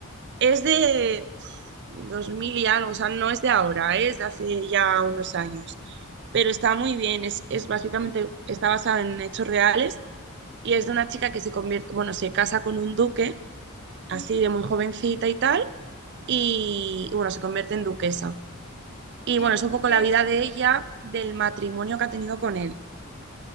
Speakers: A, on the right; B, on the left.
A: es de uf, 2000 y algo, o sea, no es de ahora, ¿eh? es de hace ya unos años, pero está muy bien, es, es básicamente, está basada en hechos reales y es de una chica que se convierte, bueno, se casa con un duque, así
B: Ujú,
A: de muy jovencita y tal, y bueno, se convierte en duquesa. Y
B: En
A: bueno, es
B: Duquesa.
A: un poco la vida de ella, del matrimonio que ha tenido con él